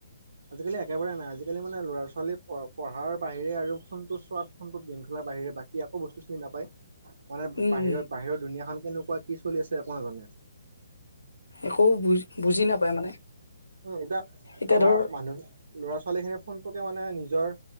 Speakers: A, on the right; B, on the left.
A: আজিকালি একেবাৰে নাই আজিকালি মানে ল'ৰা ছোৱালী প-পঢ়াৰ বাহিৰে আৰু ফোনটো চোৱাত ফোনটোত গে'ম খেলাৰ বাহিৰে বাকী একো বস্তু চিনি নাপায়।
B: <inaudible>
A: মানে বাহিৰৰ-বাহিৰৰ
B: উম
A: দুুনীয়াখন কেনেকুৱা কি চলি আছে একো নাজানে।
B: একো বুজ-বুজি নাপায় মানে।
A: উম, এতিয়া
B: এতিয়া
A: আমাৰ
B: ধৰ
A: মানুহ ল'ৰা ছোৱালী খিনিয়ে ফোনটোকে মানে নিজৰ।